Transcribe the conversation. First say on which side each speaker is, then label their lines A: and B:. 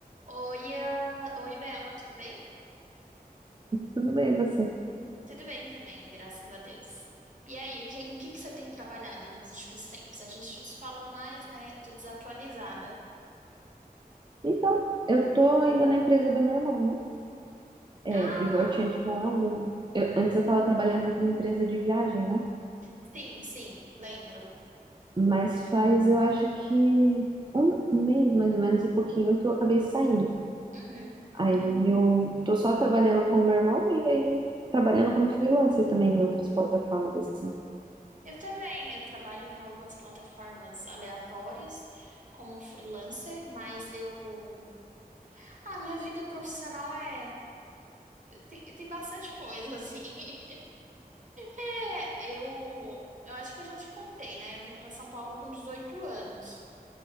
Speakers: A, on the right; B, on the right.
A: Oi, Ian. Oi, Bela, tudo bem?
B: Tudo bem, você?
A: Tudo bem também, graças a Deus. E aí, o que, em que que você tem trabalhado nos últimos tempos? A gente não se falou mais, né? Tô desatualizada.
B: Então, eu tô ainda na empresa do meu irmão, né? É,
A: Ah,
B: igual eu tinha te falado, eu- antes eu
A: uhum.
B: tava trabalhando naquela empresa de viagem, né?
A: Sim, sim, lembro.
B: Mas faz, eu acho que um mês, mais ou menos, e pouquinho que eu acabei saindo.
A: Uhum.
B: Aí eu tô só trabalhando com o meu irmão e aí trabalhando como freelancer também em outras plataformas, assim.
A: Eu também, eu trabalho em algumas plataformas aleatórias como freelancer, mas eu... Ah, minha vida profissional é... Tem, tem bastante coisa, assim. <laughs> É, eu, eu acho que eu já te contei, né? Eu vim para São Paulo com 18 anos.